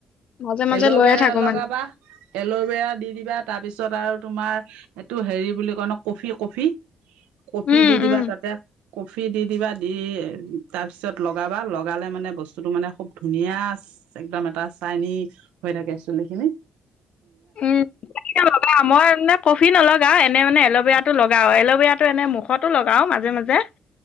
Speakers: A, on the left (about 60°); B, on the right (about 90°).
A: মাজে মাজে
B: এল'ভেৰা
A: লৈয়ে থাকো।
B: লগাবা
A: মানে
B: এলবেৰা দি কিবা তাৰ পিছত আৰু তোমাৰ এইটো হেৰি বুলি কয় ন কফি কফি। কফি
A: উম
B: দি দিবা
A: উম
B: তাতে। কফি দি দিবা দি তাৰপিছত লগাবা। লগালে মানে বস্তুতটো মানে খুব ধুনীয়া আছে। একদম এটা চাইনি হৈ থাকে চুলি খিনি।
A: উমকেতিযা বা লগাও মই মেন কফি নলগা এনে মানে এল'ভেৰা টো লগাও এল'ভেৰা টো এনে মুখতো লগাও মাজে-মাজে।